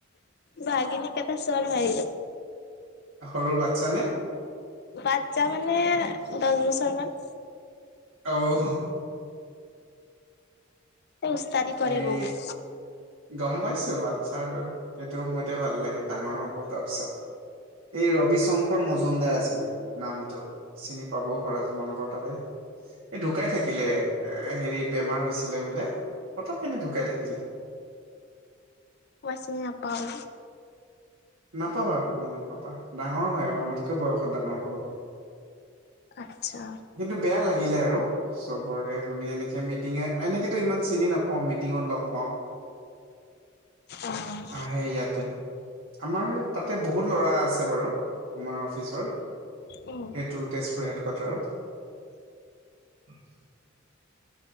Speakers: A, on the left (about 55°); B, on the right (about 70°).
A: ভাগিনীক এটা চৰ মাৰিলো।
B: সৰু বাচ্ছা নে-
A: বাচ্ছা মানে দহ বছৰ মান।
B: অঔ
A: উস্তাদি কৰে
B: এই
A: বহু।
B: গম পাইছো বাচ্ছা বাৰু সেইটো সময়তে ভাল লাগে ডাঙৰ হ'ব তাৰপিছত। এই ৰবি শংকৰ মজুমদাৰ আছিলে নামটো চিনি পাবও পাৰা তোমালোকৰ তাৰে। এই ঢুকাই থাকিলে এ হেৰি বেমাৰ হৈছিলে বোলে পতক কেনে ঢুকাই থাকিলে।
A: মই চিনি নাপাওঁ।
B: নাপাবা তুমি নাপাবা ডাঙৰ হয় আৰু আমাতকৈ বয়সত ডাঙৰ বহুত।
A: আত্চ্ছা
B: কিন্তু বেয়া লাগিলে আৰু চবৰে শুনি এনেকে মিটিঙে এনেকেতো ইমান চিনি নাপ- অ মিটিঙত লগ পাওঁ।
A: অ'।
B: আহে ইয়াতে আমাৰ তাতে বহুত ল'ৰা আছে বাৰু আমাৰ অফিচৰ সেইটো
A: উম,
B: তেজপুৰ হেড কোৱাৰ্টাৰত। <unintelligible>